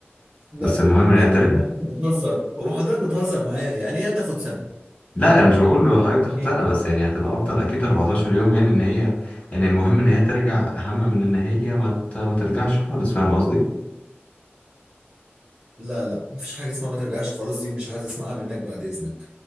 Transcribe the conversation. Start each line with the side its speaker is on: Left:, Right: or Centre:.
Right: لا
Left: بس
Right: يا
Left: المهم ان هي
Right: فندم
Left: ترجع
Right: حضرتك بتهزر هو حضرتك بتهزر معايا يعني ايه هتاخد سنه
Left: لا انا مش بقول له حضرتك تاخد
Right: يعني ايه
Left: سنه بس يعني هتبقى افضل اكيد 14 يوم يعني ان هي يعني المهم ان هي ترجع اهم من ان هي ما ت- ما ترجعش خالص فاهم قصدي
Right: لا لا مفيش حاجه اسمها ما ترجعش خالص دي مش عايز اسمعها منك بعد اذنك